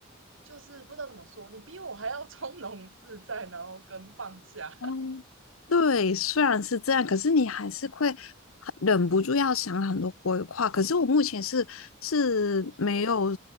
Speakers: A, on the right; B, on the left.
A: 就是不知道怎么说，你比我还要 <laughs> 从容自在，然后跟放下，
B: 嗯，对，虽然是这样，可是你还是会很忍不住要想很多规划。可是我目前是是没有
A: <laughs> 所以你也会。